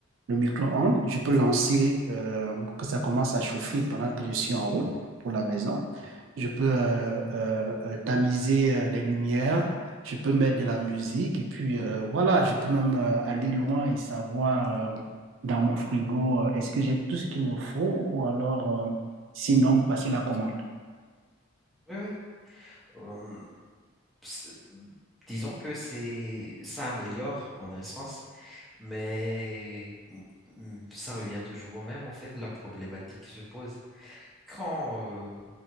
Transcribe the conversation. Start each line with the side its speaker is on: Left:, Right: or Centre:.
Right: le micro-ondes, je peux lancer euh, que ça commence à chauffer pendant que je suis en route
Centre: mhm,
Right: pour la maison.
Centre: mhm,
Right: Je peux
Centre: mhm.
Right: euh, euh, euh, tamiser euh, les lumières, je peux mettre de la musique et puis euh, voilà, je peux même euh, aller loin et savoir euh, dans mon frigo euh, est-ce que j'ai tout ce qu'il me faut ou alors euh, sinon passer la commande.
Centre: Oui, oui. Euh, c'est- disons que c'est, ça améliore en un sens, mais mm, ça revient toujours au même. En fait, la problématique se pose quand euh,